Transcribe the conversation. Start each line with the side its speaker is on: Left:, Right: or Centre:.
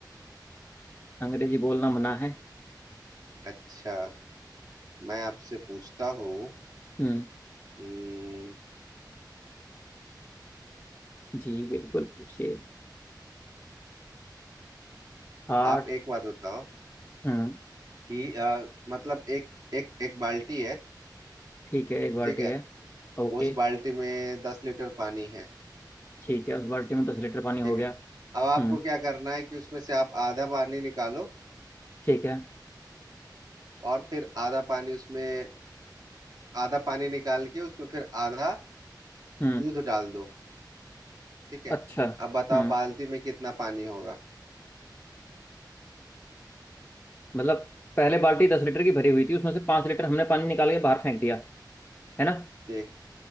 Left: अंग्रेजी बोलना मना है
Right: अच्छा मैं आपसे पूछता हूँ
Left: हम्म
Right: अम,
Left: जी बिल्कुल पूछिए हार्ट
Right: आप एक बात बताओ
Left: हम्म
Right: कि अ, मतलब एक एक एक बाल्टी है
Left: ठीक है एक बाल्टी
Right: ठीक है
Left: है ओके
Right: उस बाल्टी में दस लीटर पानी है
Left: ठीक है उस बाल्टी में दस लीटर पानी हो
Right: ठीक है
Left: गया
Right: अब आपको
Left: हम्म
Right: क्या करना है कि उसमें से आप आधा पानी निकालो
Left: ठीक है
Right: और फिर आधा पानी उसमें आधा पानी निकाल के उसमें फिर आधा
Left: हम्म
Right: दूध डाल दो ठीक है
Left: अच्छा
Right: अब बताओ
Left: हम्म
Right: बाल्टी में कितना पानी होगा
Left: मतलब पहले बाल्टी दस लीटर की भरी हुई थी उसमें से पांच लीटर हमने पानी निकाल के बाहर फेंक दिया है ना
Right: ठीक